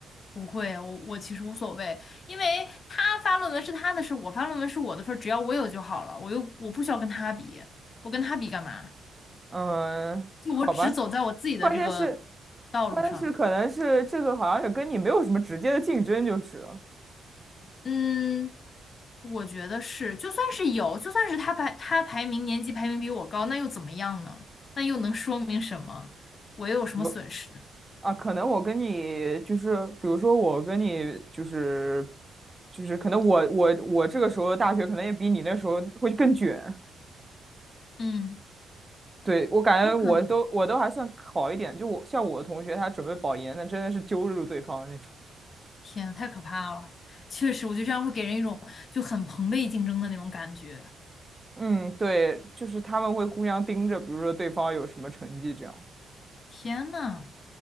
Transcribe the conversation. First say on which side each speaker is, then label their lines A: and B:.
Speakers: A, on the left; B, on the right.
A: 不会，我我其实无所谓，因为他发论文是他的事，我发论文是我的份儿，只要我有就好了。我又我不需要跟他比，我跟他比干嘛？
B: 嗯，
A: 就我只走在我自己的这个
B: 好吧，关键是，
A: 道路上。
B: 关键是可能是这个好像也跟你没有什么直接的竞争就是了。
A: 嗯，我觉得是，就算是有，就算是他排他排名年级排名比我高，那又怎么样呢？那又能说明什么？我又有什么损失？
B: 我啊，可能我跟你就是，比如说我跟你就是，就是可能我我我这个时候的大学可能也比你那时候会更卷。
A: 嗯，
B: 对，我感觉我都我都还算好一点，
A: 有可能。
B: 就我像我的同学他准备保研，那真的是揪住对方的那种。
A: 天，太可怕了！确实，我觉得这样会给人一种就很朋辈竞争的那种感觉。
B: 嗯，对，就是他们会互相盯着，比如说对方有什么成绩这样。
A: 天呐，